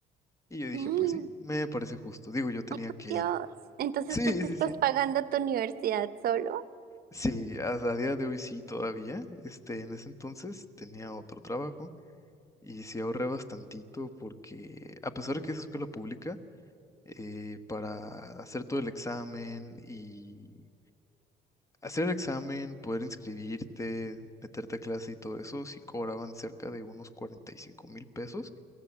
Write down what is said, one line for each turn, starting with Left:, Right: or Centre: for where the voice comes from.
Left: Y yo dije,
Right: Mm,
Left: pues sí, me parece justo, digo, yo tenía
Right: Oh, por
Left: que...
Right: Dios.
Left: <laughs>
Right: Entonces
Left: Sí,
Right: tú te estás
Left: sí, sí.
Right: pagando tu universidad solo.
Left: Sí, hasta a día de hoy sí todavía. Este, en ese entonces tenía otro trabajo Y sí ahorré bastantito porque a pesar de que es escuela pública, eh, para hacer todo el examen y hacer el examen, poder inscribirte, meterte a clase y todo eso, sí cobraban cerca de unos 45 mil pesos,